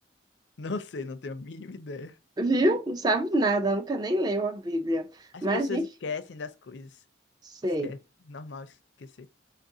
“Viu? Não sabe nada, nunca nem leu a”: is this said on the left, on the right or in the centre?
Right